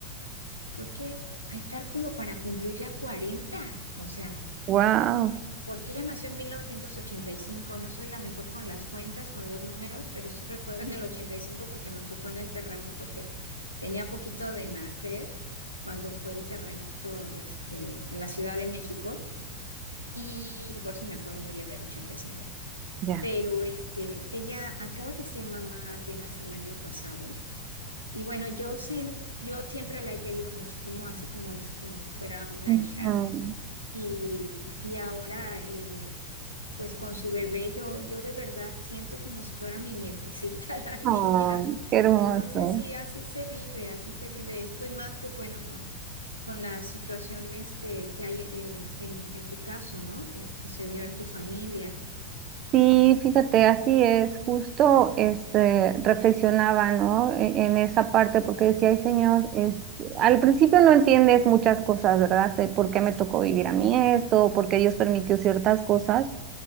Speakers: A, on the left; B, on the right.
A: creo que va a estar como para cumplir ya 40. o sea.
B: Wow.
A: porque ella nació en 1985. No soy la mejor con las cuentas, con los números, pero sí recuerdo en el 85 porque nos tocó en el terremoto que tenía poquito de nacer cuando fue el terremoto este, en la Ciudad de México y, y por eso me acuerdo muy bien del ochenta y cinco. ¿no?
B: Ya.
A: Pero este, ella acaba de ser mamá apenas el año pasado y bueno, yo, sen- yo siempre la he querido muchísimo, así como dices, como si fuera una
B: Ujú.
A: hija. Y, y ahora, eh, pues con su bebé yo, yo de verdad siento como si fuera mi nietecita, <laughs> la niña.
B: Oh, qué hermoso.
A: Entonces sí, así se vive, así se vive esto y más, pues bueno, con, con la situación este, que hay eh, en, en tu caso, ¿no? Que, que se dio en tu familia.
B: Sí, fíjate, así es, justo este reflexionaba, ¿no? E- En esa parte, porque decía, ay, señor, es, al principio no entiendes muchas cosas, ¿verdad? De por qué me tocó vivir a mí esto, por qué Dios permitió ciertas cosas.